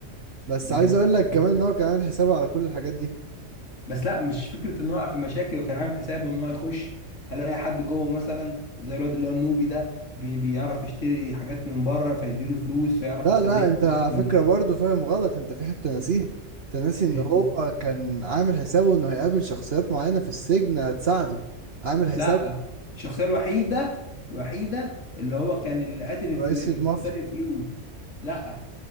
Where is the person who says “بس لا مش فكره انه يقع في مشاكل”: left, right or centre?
Left